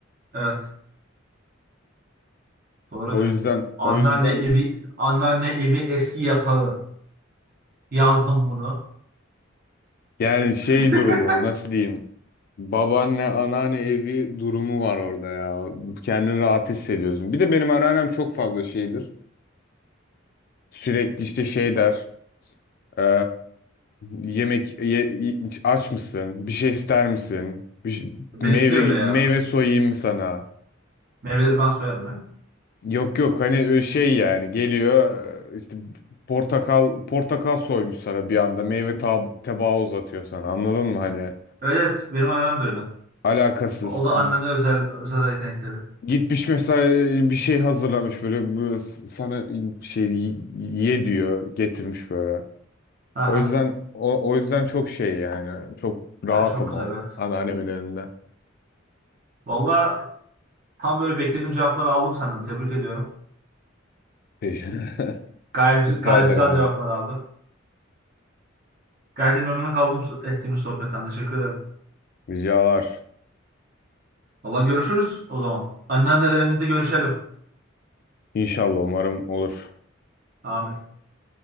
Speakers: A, on the right; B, on the left.
A: Evet. Doğru
B: O
A: diyor.
B: yüzden
A: Anneanne
B: o yüzden
A: evi, anneanne evi eski yatağı. Yazdım bunu.
B: yani şey
A: <laughs>
B: durumu nasıl diyeyim? Babaanne, anneanne evi durumu var orada ya. Kendini rahat hissediyorsun. Bir de benim anneannem çok fazla şeydir. Sürekli işte şey der. eee, yemek ye- aç mısın? Bir şey ister misin? Bir, şey-
A: Benimki
B: meyve
A: de öyle ya.
B: meyve soyayım mı sana?
A: Meyveleri ben soyarım ya.
B: Yok yok hani e, şey yani geliyor e, işte portakal portakal soymuş sana bir anda meyve tab- tabağı uzatıyor sana anladın mı hani
A: Evet, benim annem de öyle.
B: alakasız
A: O da annenin özel özel yetenekleri.
B: gitmiş mesela e, bir şey hazırlamış böyle bu sana şey y- ye diyor getirmiş böyle
A: Aha.
B: o yüzden o, o yüzden çok şey yani çok rahatım
A: Ha, çok güzel
B: o
A: evet.
B: anneannemin elinde
A: Valla tam böyle beklediğim cevapları aldım senden. Tebrik ediyorum.
B: <laughs>
A: Gayet,
B: rica
A: güz- gayet
B: ederim
A: güzel
B: abi
A: cevaplar abi. Gayet de memnun kaldım so- ettiğimiz sohbetten. Teşekkür ederim.
B: ricalar
A: Valla görüşürüz o zaman. Anneannelerimizle görüşelim.
B: İnşallah umarım olur
A: Amin.